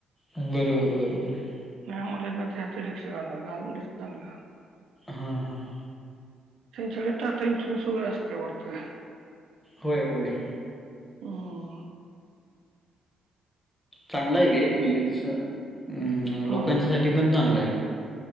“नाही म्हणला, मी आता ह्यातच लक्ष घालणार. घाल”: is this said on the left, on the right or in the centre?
Right